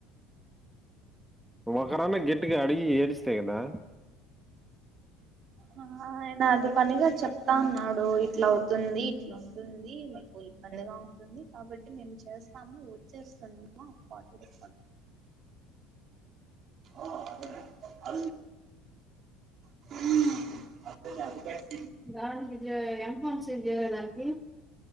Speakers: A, in the centre; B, on the right.
A: ఉంగరానికి గెట్టిగా అడిగి ఎరిస్తే కదా
B: ఆ నేను అది పనిగా చెప్తా ఉన్నాడు ఇట్లా అవుతుంది ఇట్లు ఉంటుంది మీకు ఇబ్బందిగా ఉంటుంది కాబట్టి మేము చేస్తాము వచ్చేస్తుందిమ్మా పాటి పా అే అ హమ్
A: దానికి ఎంఫామ్ సి చేయ దానికి